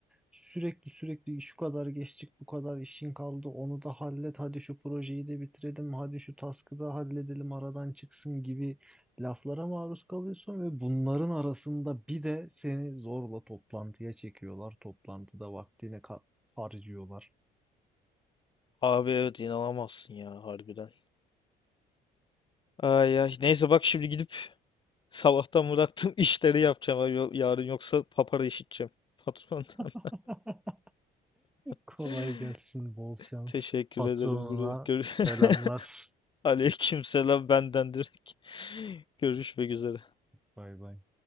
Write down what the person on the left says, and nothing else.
abi evet inanamazsın ya harbiden. Ay ay neyse bak şimdi gidip Sabahtan bıraktım <laughs> işleri yapacağım abi. Yo- Yarın yoksa papara işiteceğim patrondan.
<laughs>
Teşekkür
ederim bro. Gör
<laughs> Aleykümselam benden direkt. <laughs> Görüşmek üzere.